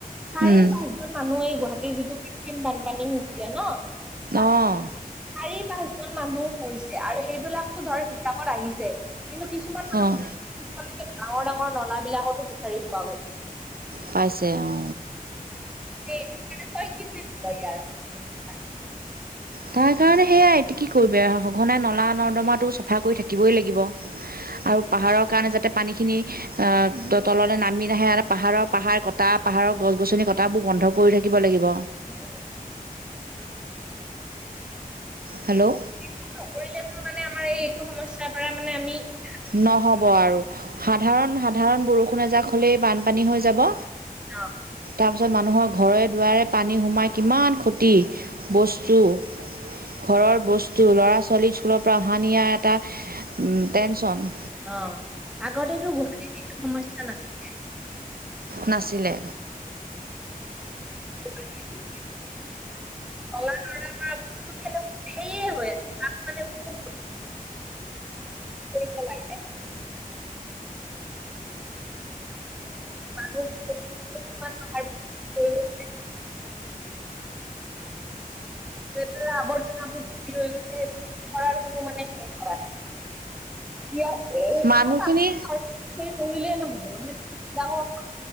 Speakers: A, in the centre; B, on the right.
A: চাৰি
B: উম,
A: পাঁচ - জন মানুহয়েই গুৱাহাটীৰ যিটো কৃত্ৰিম বানপানী হৈছিলে ন। তাত
B: অ',
A: - চাৰি পাঁচজন মানুহো মৰিছে আৰু সেইবিলাকটো ধৰ - কিতাপত আহিছে কিন্তু কিছুমান মানুহ
B: অ',
A: - পিছলৈকে ডাঙৰ ডাঙৰ নলা বিলাকতো বিচাৰি পোৱা গৈছে।
B: পাইছে অ।
A: <unintelligible>
B: তাৰ কাৰণে সেয়াই এইটো কি কৰিব সঘনাই নলা নৰ্দমাটো চফা কৰি থাকিবই লাগিব। আৰু পাহাৰৰ কাৰণে যাতে পানীখিনি - এ তললে নামি নাহে আৰু পাহাৰৰ পাহাৰ কটা পাহাৰৰ গছ গছনি কটাবোৰ বন্ধ কৰি থাকিব লাগিব।
A: <unintelligible>
B: হেল্লো'।
A: বেয়া কাম নকৰিলেতো মানে আমাৰ এই এইটো সমস্যাৰ পৰা মানে আমি -
B: নহ'ব আৰু সাধাৰণ সাধাৰণ বৰষুণ এজাক হ'লেই বানপানী হৈ যাব।
A: কিয়?
B: তাৰপিছত মানুহৰ ঘৰে দুৱাৰে পানী সোমাই কিমান ক্ষতি বস্তু। ঘৰৰ বস্তু ল'ৰা-ছোৱালী স্কুলৰ পৰা অহা নিয়াৰ এটা টেনশ্যন।
A: অ, আগতেতো গুৱাহাটীত এইটো সমস্যা নাছিলে।
B: নাছিলে।
A: <unintelligible> নলা- নৰ্দমাত - কেনেকুৱা সেইয়ে হয় <unintelligible> কৰিব লাগে <unintelligible> কিমান লেতেৰা আৱৰ্জনাবোৰ ভৰ্তি হৈ গৈছে, সেই বোৰ চফা কৰাৰ কোনো মানে হেৰি কৰা নাই। <unintelligible>
B: মানুহখিনি
A: সেই কৰিলেই নহব <unintelligible> ডাঙৰ